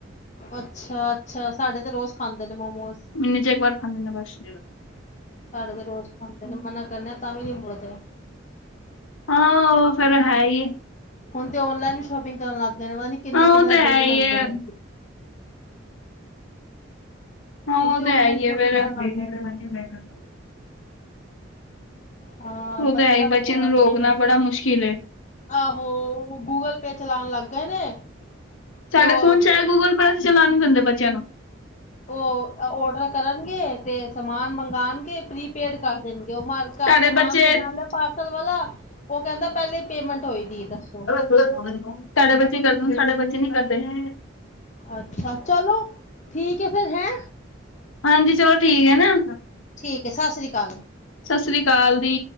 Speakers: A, on the left; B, on the left.
A: ਅੱਛਾ-ਅੱਛਾ, ਸਾਡੇ ਤੇ ਰੋਜ਼ ਖਾਂਦੇ ਨੇ ਮੋਮੋਸ।
B: ਮੀਨੇ ਚ ਇਕ ਵਾਰ ਖਾਂਦੇ ਨੇ ਬੱਸ।
A: ਸਾਡੇ ਤੇ ਰੋਜ਼ ਖਾਂਦੇ ਨੇ ਮਨਾ ਕਰਨੇ ਆ ਤਾਂ ਵੀ ਨੀ ਮੁੜਦੇ।
B: ਹਾਂ ਉ ਫੇਰ ਹੈ ਈ ਏ।
A: ਹੁਨ ਤੇ ਔਨਲਾਈਨ ਵੀ ਸ਼ੋਪਿੰਗ ਕਰਨ ਲੱਗ ਗਏ ਨੇ ਪਤਾ ਨੀ ਕਿੰਨੇ-ਕਿੰਨੇ
B: ਹਾਂ ਉ
A: ਦਾ
B: ਤਾਂ
A: ਬਿੱਲ
B: ਹੈ
A: ਬਣਾਂਦੇ
B: ਈ ਏ।
A: ਨੇ
B: ਹਾਂ
A: ਹੁਣ
B: ਓ
A: ਔਨਲਾਈਨ
B: ਤੇ ਹੈ ਈ
A: ਸ਼ੋਪਿੰਗ
B: ਹੈ ਫੇਰ।
A: ਕਰਨ ਲੱਗ ਗਏ ਨੇ ਹਾਂ
B: ਓ
A: ਬਥੇਰਾ-ਬਥੇਰਾ
B: ਤੇ ਹੈ ਈ ਬੱਚਆ ਨੂੰ ਰੋਕਨਾ
A: ਬਿੱਲ
B: ਬੜਾ ਮੁਸ਼ਕਿਲ ਏ।
A: ਆਹੋ ਗੂਗਲ ਪੇ ਚਲਾਨ ਲੱਗ ਗਏ ਨੇ।
B: ਸਾਡੇ
A: ਤੇ ਉਹ
B: ਫੋਨ ਚ ਐ ਗੂਗਲ ਪੇ ਪਰ ਅਸੀ ਚਲਾਨ ਨੀ ਦੇਂਦੇ ਬੱਚਿਆਂ ਨੂੰ।
A: ਓ ਔਡਰ ਕਰਨਗੇ ਤੇ ਸਮਾਨ ਮੰਗਾਨਗੇ ਪ੍ਰੀਪੇਡ ਕਰ ਦੇਨਗੇ। ਓ ਮਾਰ
B: ਸਾਡੇ
A: ਘਰ ਸਮਾਨ
B: ਬੱਚੇ
A: ਦੇਨ
B: ਤੁਹਾਡੇ
A: ਆਂਦਾ ਪਾਰਸਲ ਵਾਲਾ ਓ ਕੇਂਦਾ ਪੇਲੇ ਈ ਪੇਮੈਂਟ ਹੋਈ ਦੀ ਏ ਦੱਸੋ।
B: ਤਾਡੇ ਬੱਚੇ ਕਰਦੇ ਨੇ ਸਾਡੇ ਬੱਚੇ ਨੀ ਕਰਦੇ ਹੈ।
A: ਅੱਛਾ ਚਲੋ ਠੀਕ ਏ ਫੇਰ ਹੈਂ।
B: ਹਾਂਜੀ ਚਲੋ ਠੀਕ ਐ ਨਾ।
A: ਠੀਕ ਹੈ, ਸਤਿ ਸ੍ਰੀ ਅਕਾਲ।
B: ਸਤਿ ਸ੍ਰੀ ਅਕਾਲ ਦੀ।